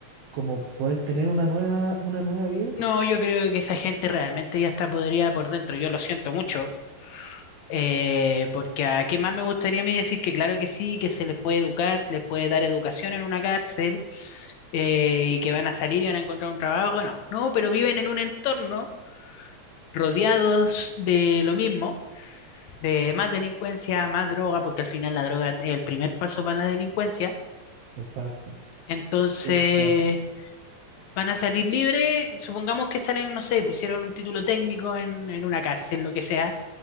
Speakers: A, on the right; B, on the left.
A: como poder tener una nueva, una nueva vida?
B: no, yo creo que esa gente realmente ya está podrida por dentro. Yo lo siento mucho. eh, porque a qué más me gustaría a mí decir que claro que sí, que se les puede educar, se les puede dar educación en una cárcel eh, y que van a salir y van a encontrar un trabajo. No, no, pero viven en un entorno rodeados de lo mismo, de más delincuencia, más droga, porque al final la droga es el primer paso para la delincuencia.
A: Exacto.
B: Entonces
A: Estoy de acuerdo.
B: van a salir libres, supongamos que salen, no sé, pusieron un título técnico en, en una cárcel, lo que sea,